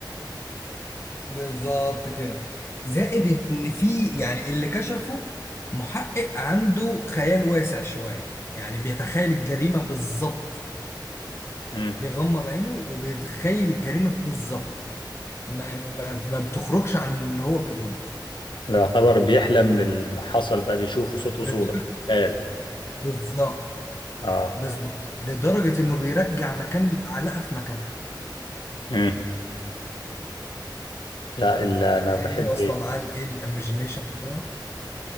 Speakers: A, on the left; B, on the left.
A: بالظبط كده زائد ان في يعني اللي كشفه محقق عنده خيال واسع شوية يعني بيتخيل الجريمة بالظبط
B: مم.
A: بيغمض عينه وبيتخيل الجريمة بالظبط ما ما ما بتخرجش عن اللي هو بيقوله
B: ده يعتبر بيحلم باللي حصل بقى بيشوفه صوت وصوره
A: لدرجة
B: خيال
A: بالظبط
B: اه
A: بالظبط لدرجة انه بيرجع مكان المعلقة في مكانها
B: مم. لا اللي انا
A: فاهمني
B: بحب
A: واصلة معاه الايه الايميجينيشن بتاعه